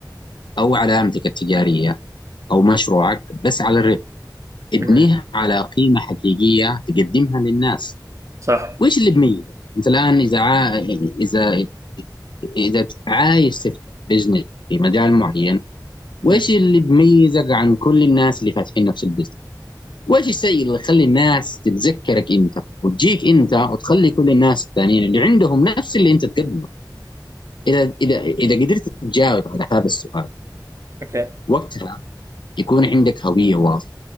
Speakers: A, on the left; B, on the right.
A: او علامتك التجاريه او مشروعك بس على الربح ابنيها
B: مم.
A: على قيمة حقيقية تقدمها للناس
B: صح
A: وإيش اللي بميزك أنت الآن إذا عا... إذا إذا عايز تفتح بزنس في مجال معين وإيش
B: مم.
A: اللي بميزك عن كل الناس اللي فاتحين نفس البزنس وإيش الشيء اللي يخلي الناس تتذكرك أنت وتجيك أنت وتخلي كل الناس الثانيين اللي عندهم نفس اللي أنت تقدمه إذا إذا إذا قدرت تجاوب على هذا السؤال
B: اوكي
A: وقتها يكون عندك هوية واضحة